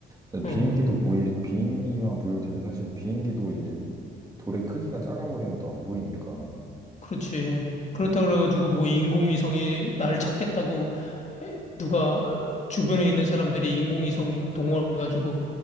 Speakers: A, on the right (about 20°); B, on the left (about 35°).
A: 사실
B: 응.
A: 비행기도 보이, 비행기만 보일 텐데, 사실 비행기도 이제 돌의 크기가 작아버리면 또 안 보이니까,
B: 그렇지.
A: 어,
B: 그렇다 그래가지고 뭐 인공위성이 날 찾겠다고 에, 누가 주변에 있는 사람들이 인공위성 동원해가지고